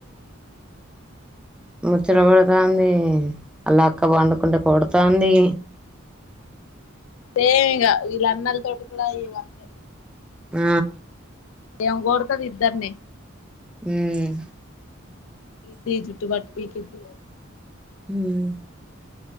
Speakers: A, in the centre; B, on the left.
A: ముచ్చటబడుతుంది అలా అక్క పండుకుంటే కొడుతంది
B: సేమ్ ఇగ ఇలా అన్నల్ తోట కూడాడా ఇవ అంతే
A: ఆ
B: ఇమే కొడత్ది ఇద్దరిని
A: ఉమ్
B: చో జుట్టు వటి పేకింది
A: ఉమ్